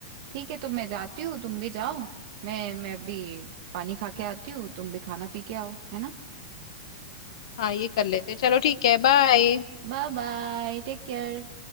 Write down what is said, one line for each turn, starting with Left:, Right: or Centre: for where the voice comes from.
Right: ठीक है तो मैं जाती हूँ तुम भी जाओ मैं मैं भी पानी खा के आती हूँ तुम भी खाना पी के आओ है ना
Left: हाँ ये कर लेते चलो ठीक है बाय
Right: Bye bye take care